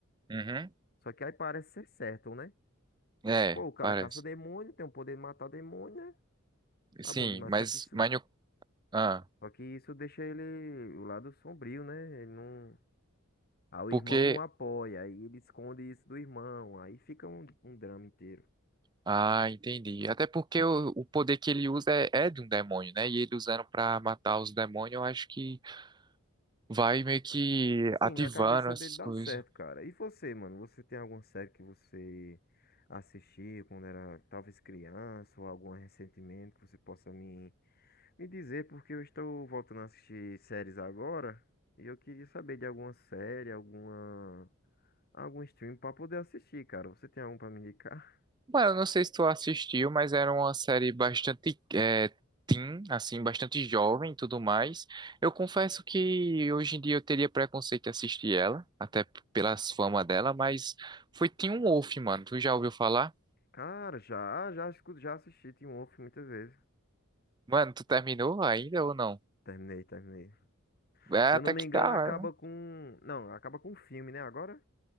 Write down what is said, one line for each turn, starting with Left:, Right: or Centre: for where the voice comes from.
Right: Uhum.
Left: Só que aí parece ser certo, né?
Right: É,
Left: Tipo, pô, o cara
Right: parece.
Left: caça demônio, tem o poder de matar demônio, né? Tá
Right: Sim,
Left: bom demais.
Right: mas,
Left: Só que isso,
Right: mas no- ah,
Left: só que isso deixa ele o lado sombrio, né? Ele não. Ah, o
Right: porque.
Left: irmão não apoia, aí ele esconde isso do irmão, aí fica um, um drama inteiro.
Right: Ah, entendi. Até porque o, o poder que ele usa é, é de um demônio, né? E ele usando pra matar os demônios, eu acho que. vai meio que
Left: Sim,
Right: ativando
Left: na cabeça
Right: essas
Left: dele dá
Right: coisas.
Left: certo, cara. E você, mano? Você tem alguma série que você assistiu quando era talvez criança ou algum ressentimento que você possa me, me dizer? Porque eu estou voltando a assistir séries agora e eu queria saber de alguma série, alguma, algum stream para poder assistir, cara. Você tem algum para me indicar?
Right: Mano, eu não sei se tu assistiu, mas era uma série bastante é, teen, assim, bastante jovem e tudo mais. Eu confesso que hoje em dia eu teria preconceito de assistir ela, até p- pelas fama dela, mas foi Teen Wolf, mano. Tu já ouviu falar?
Left: <laughs> Cara, já, já, escuto- já assisti Teen Wolf muitas vezes.
Right: Mano, tu terminou ainda ou não?
Left: Terminei, terminei.
Right: É,
Left: Se
Right: até
Left: eu não me
Right: que
Left: engano,
Right: tá.
Left: acaba com. Não, acaba com o filme, né? Agora?